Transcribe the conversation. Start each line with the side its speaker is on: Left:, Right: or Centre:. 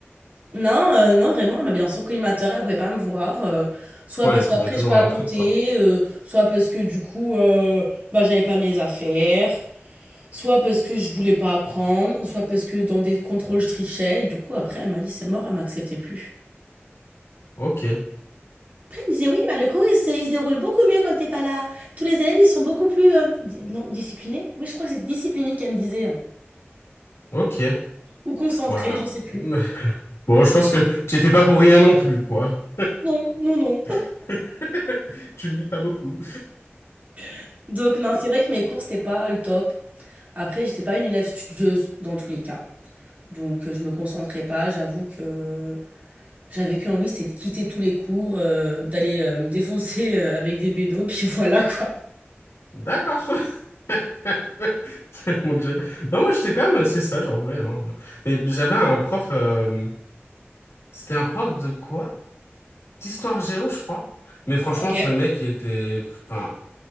Right: Non, heu, non, vraiment, elle m'avait dans son collimateur, elle pouvait pas me voir, heu, soit
Left: Ouais,
Right: parce
Left: elle trouvait
Right: qu'après
Left: toujours
Right: je papotais,
Left: un truc, quoi.
Right: heu, soit parce que du coup, heu, bah, j'avais pas mes affaires, soit parce que je voulais pas apprendre, soit parce que dans des contrôles je trichais et du coup après elle m'a dit: «C'est mort», elle m'acceptait plus.
Left: Ok,
Right: Après elle me disait: «Oui, bah, le cours il se il se déroule beaucoup mieux quand t'es pas là. Tous les élèves ils sont beaucoup plus, heu» di non, disciplinés? Oui, je crois que c'était disciplinés qu'elle me disait,
Left: ok.
Right: ou concentrés,
Left: Ouah.
Right: je sais plus.
Left: <laughs> Bon, je pense que tu étais pas pour rien non plus, quoi.
Right: Non, non, non.
Left: <laughs> Tu ne lis pas beaucoup.
Right: <laughs> Donc non, c'est vrai que mes cours c'était pas le top. Après, j'étais pas une élève studieuse dans tous les cas. Donc, euh, je me concentrais pas. J'avoue que j'avais qu'une envie, c'était de quitter tous les cours, euh, d'aller euh, me défoncer euh, avec des bédos, <laughs> puis voilà quoi.
Left: <laughs> D'accord. <laughs> Mon Dieu. Non, moi, j'étais quand même assez sage, en vrai. hein. Et j'avais un prof... euh, C'était un prof de quoi? D'histoire géo, je crois. Mais franchement,
Right: Ok,
Left: ce mec, il était... Enfin,